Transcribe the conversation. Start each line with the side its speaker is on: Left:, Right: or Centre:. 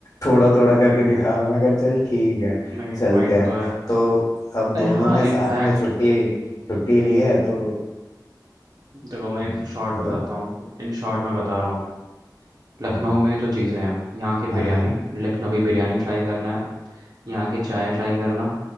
Left: थोड़ा थोड़ा
Right: हाँ,
Left: करके दिखाओ मैं कहा चल ठीक है
Right: नहीं नहीं
Left: चलते
Right: पॉइंट
Left: हैं
Right: तो है
Left: तो अब
Right: अरे
Left: दोनों
Right: हाँ
Left: ने
Right: इनफैक्ट
Left: साथ में छुट्टी छुट्टी ली है तो
Right: देखो मैं
Left: हाँ,
Right: शॉर्ट
Left: बताओ
Right: बताता हूँ इन शॉर्ट मैं बता रहा हूँ लखनऊ
Left: हाँ
Right: में जो चीज़ें हैं यहाँ की बिरयानी
Left: हाँ हाँ
Right: लखनवी बिरयानी ट्राई करना है यहाँ की चाय ट्राई करना